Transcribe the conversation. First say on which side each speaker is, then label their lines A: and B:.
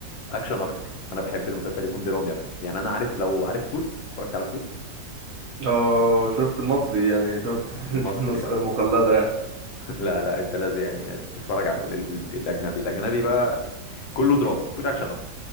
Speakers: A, on the left; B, on the right.
A: اكشن اكتر انا بحب المسلسل يكون درامي اكتر يعني انا عارف لو عارف سوتس اتفرجت على سوتس
B: اه شفت المصري يعني شفت
A: المصري
B: <laughs> النسخة
A: آه.
B: المقلدة يعني
A: لا لا انت لازم يعني تتفرج على ال- ال- ال- الاجنبي الاجنبي بقى يعني كله دراما مفيش اكشن اصلا